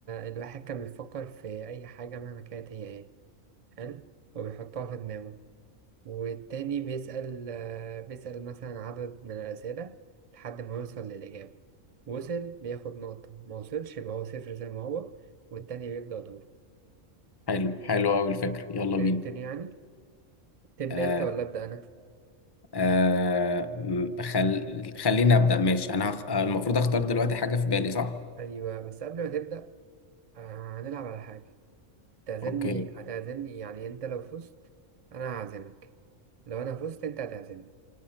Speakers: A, on the right; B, on the left.
A: الواحد كان بيفكر في أي حاجة مهما كانت هي ايه حلو؟ وبيحطها في دماغه والتاني بيسأل آه، بيسأل مثلا عدد من الأسئلة لحد ما يوصل للإجابة وصل بياخد نقطة ما وصلش يبقى هو صفر زي ما هو والتاني بيبدأ دوره.
B: حلو حلو قوي الفكرة يلا
A: فهمتني
B: بينا
A: يعني تبدأ
B: آه
A: أنت ولا أبدأ أنا؟
B: آه م- خل... خليني ابدا ماشي انا هخ... آه، المفروض اختار دلوقتي حاجة في بالي صح
A: أيوه بس قبل ما تبدأ آه، هنلعب على حاجة تعزمني
B: اوكي
A: هتعزمني يعني أنت لو فزت أنا هعزمك لو أنا فزت أنت هتعزمني